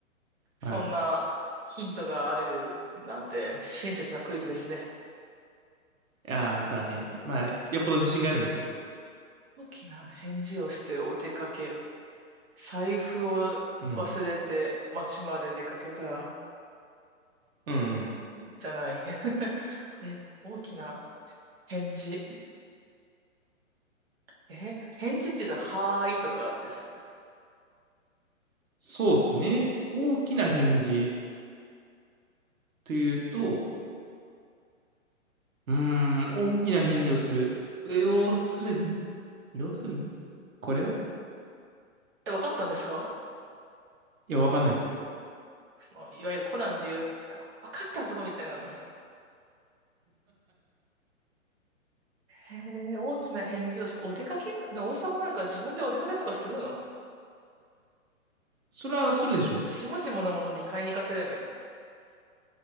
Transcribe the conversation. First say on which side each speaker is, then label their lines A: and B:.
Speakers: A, on the right (about 50°); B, on the right (about 85°).
A: そんなヒントがあるなんて親切なクイズですね。
B: はい。いやー、そらね。まあ、よっぽど自信があるんでしょ
A: 大きな返事をしてお出かけ。財布を忘れて街まで出かけたら、
B: う。うん。うんうん。
A: じゃない。<laughs> え、大きな返事。え、返事って言うと、はーいとかですよね。
B: そうっすね。大きな返事というと、うーん、大きな返事をする。要するに要するにこれは
A: え、わかったんですか
B: いや、わかんないですよ。
A: その、いわゆるコナンで言う、あわかったぞみたいなのが。へえ、大きな返事をして、お出かけで王様なんか自分でお出かけとかするの
B: それはするでしょう。
A: 下々のものに買いに行かせればいいんだ。